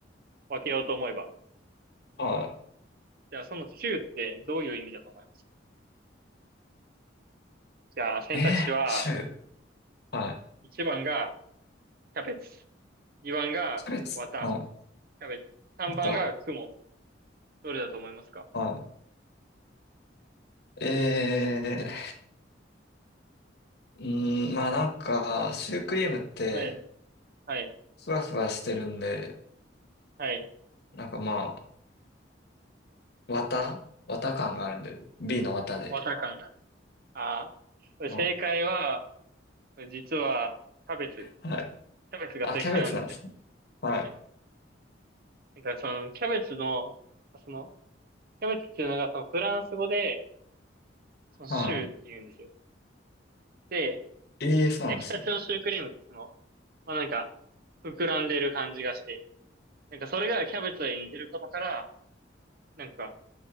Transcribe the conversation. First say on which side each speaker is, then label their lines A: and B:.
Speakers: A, on the right (about 50°); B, on the left (about 60°).
A: 分けようと思えば。
B: は
A: じゃあ、そのシューってどういう意味だと思いますじゃあ、選択肢は、
B: い。えー、シュー。はい。
A: 1番がキャベツ。2番が綿、
B: キャベツ。はい。
A: キャベツ。3番が雲。
B: また。
A: どれだと思いますか
B: はい。えー、うーん、まあなんか、シュークリームって、
A: はい、はい、
B: ふわふわしてるんで、
A: はい。
B: なんかまあ、綿綿感があるんで、B の綿で。
A: 綿感。ああ。
B: うん。
A: 正解は、実は、キャベツ。
B: はい。
A: キャベツが正解なんですよ。
B: あ、キャベツなんですね。はい。
A: はい。だからその、キャベツの、その、キャベツっていうのが、その、フランス語で、その、
B: は
A: シューって言うんですよ。で、
B: い。ええ、そうなんですね。
A: 焼きたてのシュークリームってその、まあ、なんか、膨らんでる感じがして、なんかそれがキャベツに似てることから、なんか、